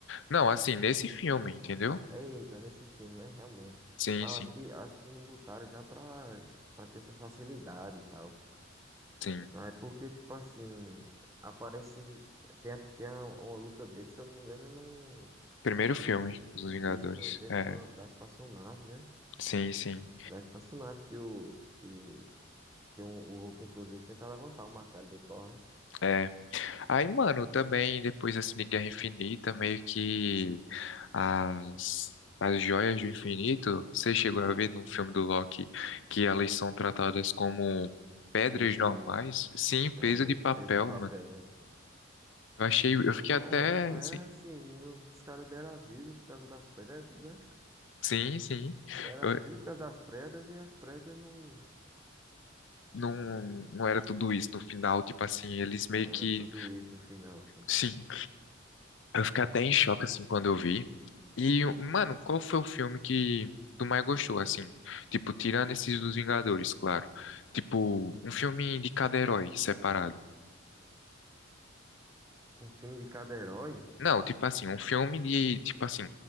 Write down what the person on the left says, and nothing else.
Não, assim, nesse filme, entendeu?
Sim,
sim,
sim.
Primeiro filme dos
Vingadores.
É,
sim, sim.
É. Aí, mano, também depois assim de Guerra Infinita, meio que as, as joias do infinito, você chegou a ver no filme do Loki que elas são tratadas como pedras
normais,
sim, peso
de papel,
mano.
Eu achei, eu fiquei
até
assim,
sim, sim.
Eu,
não, não era tudo isso no final, tipo assim, eles meio
que,
sim, eu fiquei até em choque assim quando eu vi. E, mano, qual foi o filme que tu mais gostou, assim? Tipo, tirando esses dos Vingadores, claro. Tipo, um filme de cada herói separado.
Não, tipo assim, um filme de, tipo assim,